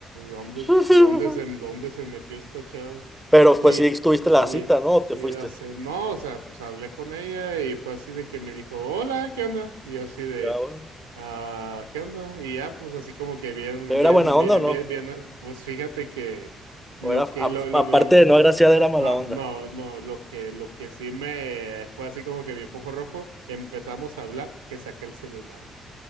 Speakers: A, on the right (about 80°); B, in the centre.
A: ¿dónde,
B: <laughs>
A: dónde se, dónde se metió esta chava?
B: Pero
A: Y,
B: pues sí estuviste la
A: y,
B: cita, ¿no? ¿O te
A: y
B: fuiste?
A: hace, no, o sea, pues hablé con ella y fue así de que me dijo, hola, ¿qué onda? Y yo así de
B: Ya, bueno.
A: Ah, ¿qué onda? Y ya, pues así como que bien,
B: ¿Pero
A: bien,
B: era buena onda
A: bien,
B: o no?
A: bien, bien, eh, pues fíjate que lo
B: ¿O era,
A: que,
B: a-
A: lo, lo,
B: aparte
A: lo,
B: de no agraciada, era mala
A: no,
B: onda?
A: no, no, lo que, lo que sí me fue así como que mi foco rojo, empezamos a hablar, que saqué el celular.